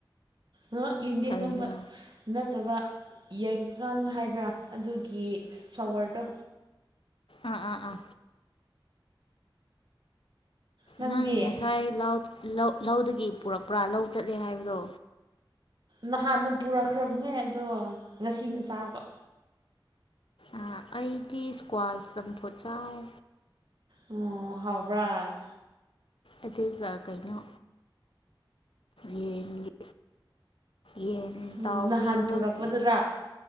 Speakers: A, on the right; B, on the left.
A: ꯑꯍ ꯌ‌ꯦꯟꯗ‌ꯦꯝ
B: ꯀꯔꯤꯅꯣ
A: ꯅꯠꯕꯥ ꯅꯠꯇꯕ ꯌꯥꯏꯉꯪ ꯍꯥꯏꯕ꯭ꯔꯥ ꯑꯗꯨꯒꯤ ꯐ꯭ꯂꯋꯔꯗꯣ
B: ꯑꯥ ꯑꯥ ꯑꯥ
A: ꯅꯪꯗꯤ
B: ꯅꯪ ꯉꯁꯥꯏ ꯂꯥꯎ ꯂꯧ ꯂꯧꯗꯒꯤ ꯄꯨꯔꯛꯄ꯭ꯔꯥ ꯂꯧ ꯆꯠꯂꯦ ꯍꯥꯏꯕꯗꯣ
A: ꯅꯍꯥꯟꯅ ꯄꯨꯔꯛꯈ꯭ꯔꯕꯅꯦ ꯑꯗꯣ ꯉꯁꯤꯅ ꯆꯥꯕ
B: ꯑꯥ ꯑꯩꯒꯤ ꯏꯁꯀ꯭ꯋꯥꯁ ꯆꯝꯐꯨꯠ ꯆꯥꯏ
A: ꯑꯣ ꯍꯥꯎꯕ꯭ꯔꯥ
B: ꯑꯗꯨꯒ ꯀꯩꯅꯣ ꯌꯦꯟꯒꯤ ꯌꯦꯟ
A: ꯎꯝ
B: ꯇꯥꯎꯕꯤꯕꯒꯤ
A: ꯅꯍꯥꯟ ꯄꯨꯔꯛꯄꯗꯨꯔꯥ